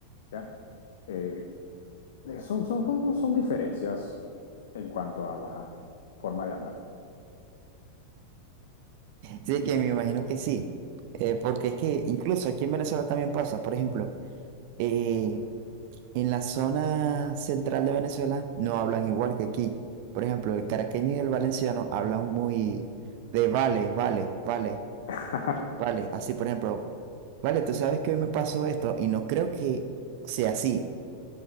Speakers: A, on the left (about 60°); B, on the right (about 45°).
A: ¿ya? Eh, son, son, son, son diferencias en cuanto a la forma de hablar.
B: sí que me imagino que sí, eh, porque es que incluso aquí en Venezuela también pasa, por ejemplo, eh, en la zona central de Venezuela no hablan igual que aquí. Por ejemplo, el caraqueño y el valenciano hablan muy de vale, vale, vale,
A: <laughs>
B: vale. Así, por ejemplo, vale, tú sabes que hoy me pasó esto y no creo que sea así.